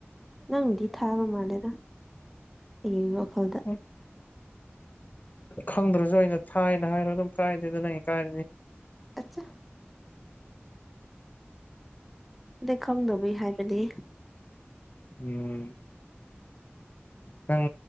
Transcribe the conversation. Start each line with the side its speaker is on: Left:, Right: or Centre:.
Centre: ꯅꯪꯅꯗꯤ ꯊꯥꯕ ꯃꯥꯜꯂꯦꯗ ꯑꯩꯒꯤ ꯋꯥꯈꯜꯗ
Left: ꯑꯣ ꯈꯪꯗ꯭ꯔꯁꯨ ꯑꯩꯅ ꯊꯥꯏꯅ ꯍꯥꯏꯔꯣ ꯑꯗꯨꯝ ꯀꯥꯏꯗꯦꯗ ꯅꯪꯅ ꯏꯀꯥꯏꯔꯗꯤ
Centre: ꯑꯠꯆꯥ ꯑꯗꯩ ꯈꯪꯗꯕꯩ ꯍꯥꯏꯕꯅꯦ
Left: ꯎꯝ ꯅꯪ